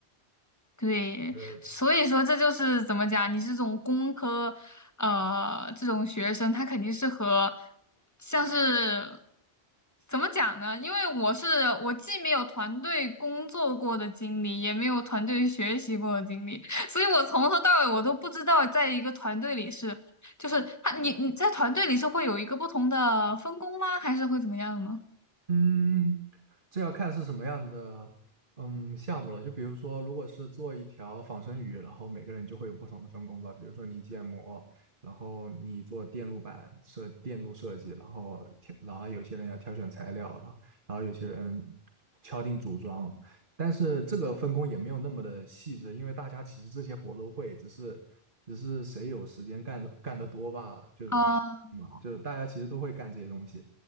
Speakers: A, on the left; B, on the right.
A: 对，
B: 呃
A: 所以说这就是怎么讲，你是这种工科，呃，这种学生，他肯定是和像是怎么讲呢？因为我是我既没有团队工作过的经历，也没有团队学习过的经历，<laughs> 所以我从头到尾我都不知道，在一个团队里是，就是他你你在团队里是会有一个不同的分工吗？还是会怎么样呢？
B: 嗯，这要看是什么样的嗯项目了。就比如说，如果是做一条仿生鱼，然后每个人就会有不同的分工吧。比如说你建模，然后你做电路板设电路设计，然后老然后有些人要挑选材料了，然后有些人敲定组装。但是这个分工也没有那么的细致，因为大家其实这些活都会，只是只是谁有时间干的干得多罢了。就是，
A: 啊
B: 嗯，就是大家其实都会干这些东西。